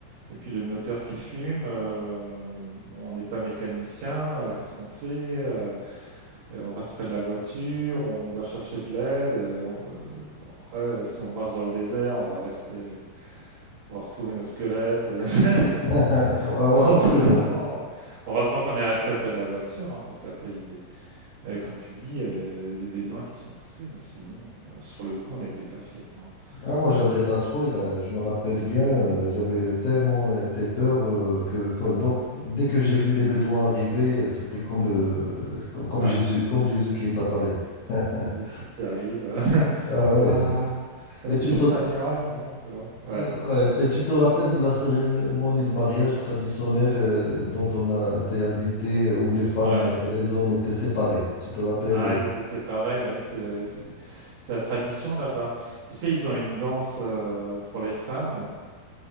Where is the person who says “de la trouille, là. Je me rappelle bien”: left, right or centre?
Left